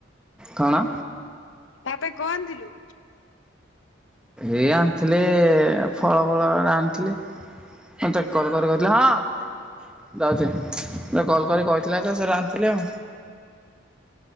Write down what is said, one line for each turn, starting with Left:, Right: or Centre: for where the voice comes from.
Centre: କଣ?
Left: ତା ପାଇଁ କଣ ଆଣିଥିଲୁ?
Centre: ଏଇ ଆଣିଥିଲି ଫଳ ଫଳ ଆଣିଥିଲି। ମୁଁ ତା କଲ କରି କହିଥିଲି ହଁ। ଯାଉଛି! କଲ୍ କରି କହିଥିଲା ତ ସେରା ଆନ୍ଥିଲି ଆଉ।